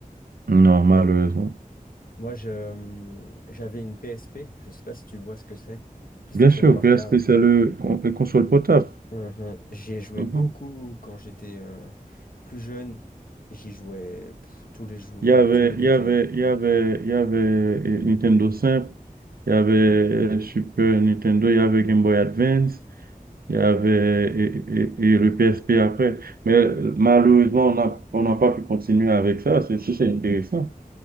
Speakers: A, on the right; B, on the left.
A: Non, malheureusement.
B: Moi, je, j'avais une PSP. Je sais pas si tu vois ce que c'est. PlayStation
A: Bien sûr,
B: Portable.
A: PSP, c'est le con- le console portable.
B: Mhm. J'y ai joué
A: Mhm.
B: beaucoup quand j'étais euh, plus jeune. J'y jouais pff, tous les jours,
A: Il y avait,
B: tous les week-ends.
A: il y avait, il y avait, il y avait euh, Nintendo simple, il y avait euh, Super Nintendo, il y avait Game Boy Advance, il y avait euh, et, et- et le PSP après. Mais euh, malheureusement, on n'a on n'a pas pu continuer avec ça. C'est c'est c'est intéressant.